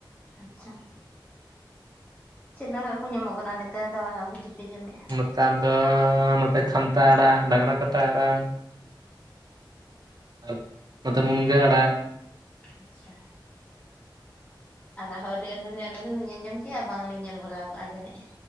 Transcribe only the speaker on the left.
ᱟᱪᱪᱷᱟ ᱪᱤᱫ ᱟᱲᱟᱜ ᱠᱚ ᱧᱟᱢᱚᱜ ᱠᱟᱱᱟ ᱱᱮᱛᱟᱨ ᱫᱚ ᱟᱲᱟᱜ ᱵᱷᱟᱹᱡᱤ ᱯᱮ ᱡᱚᱢᱮᱜᱼᱟ
ᱟᱪᱪᱷᱟ ᱟᱨᱟᱜᱦᱚᱸ ᱟᱹᱰᱤ ᱟᱹᱱᱟᱹᱲᱤ ᱟᱹᱱᱟᱹᱞᱤ ᱞᱤᱧ ᱟᱸᱡᱚᱢ ᱠᱮᱜᱼᱟ ᱵᱟᱝᱞᱤᱧ ᱧᱮᱞ ᱵᱟᱲᱟᱣ ᱠᱟᱜᱼᱟ ᱡᱟᱹᱱᱤᱡ